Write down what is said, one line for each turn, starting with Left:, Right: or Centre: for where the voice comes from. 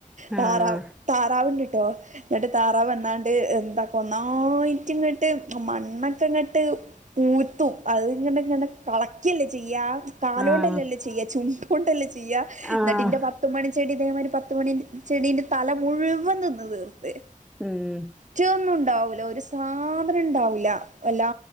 Right: താറാവ്
Centre: ആഹ്
Right: താറാവിണ്ടിട്ടോ. എന്നിട്ട് താറാവന്നാണ്ട് എന്ത ഒന്നായിട്ടിങ്ങോട്ട് മണ്ണൊക്കെ ഇങ്ങട്ട് പൂത്തും. അത്ങ്ങനിങ്ങനെ കളക്കിയല്ലേ ചെയ്യാ? കാലൊണ്ടല്ലല്ലോ
Centre: ആഹ്
Right: ചെയ്യാ ചുണ്ടോണ്ടല്ലേ ചെയ്യ.
Centre: ആഹ്
Right: എന്നട്ടിന്റെ വ പത്തുമണി ചെടി ഇതേമാതിരി പത്തുമണി ചെടീന്റെ തല മുഴുവൻ നിന്ന് തീർത്ത്.
Centre: ഉം
Right: റ്റൊന്നും ഉണ്ടാവൂല്ല. ഒരു സാധന്ണ്ടാവൂല്ല. എല്ലാ